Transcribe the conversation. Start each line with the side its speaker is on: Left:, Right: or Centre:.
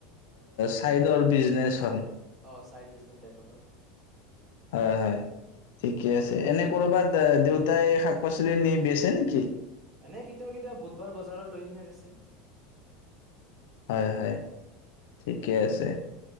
Left: চাইডৰ বিজনেচ হয়।
Right: অ', চাইড বিজনেচ টাইপৰ হয়।
Left: হয়, হয় ঠিকে আছে এনে কৰবাত দেউতাই শাক পাচলি নি বেছে নেকি?
Right: এনে কেতিয়াবা কেতিয়াবা বুধবাৰ বজাৰত লৈ কিনে বেচে।
Left: হয়, হয় ঠিকে আছে